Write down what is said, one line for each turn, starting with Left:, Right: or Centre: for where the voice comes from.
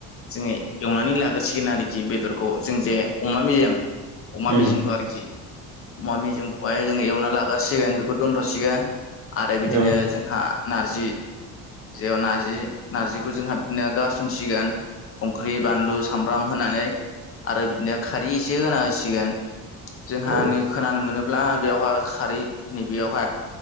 Left: जोङो एवनानै लाग्रसिगोन आरोखि बेदरखौ जों जे अमा मेजेाम अमा
Right: उम
Left: मेजेमखौ आरोखि अमा मेजेमखौहाय जोङो एवना लागोन सिगोन बेखौ दोनथ'सिगोन आरो बिदिनो
Right: औ
Left: जोंहा नारजि जेयाव नारजि नार्जिखौ जोंहा बिदिनो गारसनसिगोन। संख्रि बानलु सामब्राम होनानै। आरो बिदिनो खारै एसे होनांसिगोन। जोंहा
Right: औ
Left: नै खोनानो मोनोब्ला बेवहााय खारै नैबेयावहााय